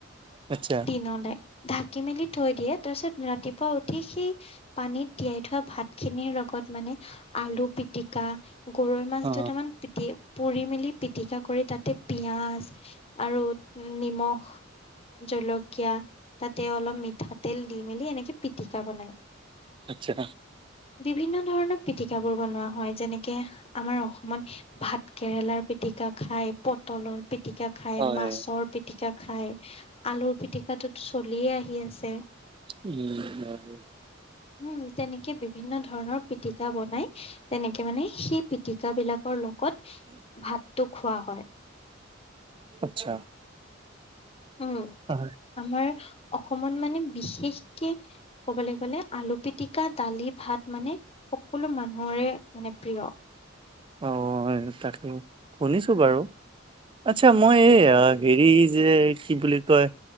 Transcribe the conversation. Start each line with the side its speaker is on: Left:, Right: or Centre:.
Right: আচ্ছা
Left: দিনলে ঢাকি মেলি থৈ দিয়ে তাছত ৰাতিপুৱা উঠি সেই পানীত তিয়াই থোৱা ভাতখিনিৰ লগত মানে আলু পিটিকা গৰৈ মাছ
Right: অ
Left: দুটামান পিটি পুৰি মেলি পিটিকা কৰি তাতে পিঁয়াজ আৰু নিমখ জলকীয়া তাতে অলপ মিঠাতেল দি মেলি এনেকে পিটিকা বনাই।
Right: আত্চ্ছা।
Left: বিভিন্ন ধৰণৰ পিটিকাবোৰ বনোৱা হয় যেনেকে আমাৰ অসমত ভাত কেৰেলাৰ পিটিকা খায়, পটলৰ পিটিকা খায়,
Right: হয়
Left: মাছৰ পিটিকা খায়, আলুৰ পিটিকাটো চলিয়ে আহি আছে।
Right: উম হয়।
Left: উম, তেনেকে বিভিন্ন ধৰণৰ পিতিকা বনাই তেনেকে মানে সেই পিটিকা বিলাকৰ লগ গত ভাতটো খোৱা হয়।
Right: আচ্ছা।
Left: উম
Right: অ
Left: আমাৰ অসমত মানে বিশেষকে ক'বলে গ'লে আলু পিতিকা দালি ভাত মানে, সকলো মানুহৰে মানে প্ৰিয়।
Right: অ তাকে শুনিছো
Left: উম,
Right: বাৰু আচ্ছা মই এই হেৰি যে কি বুলি কয়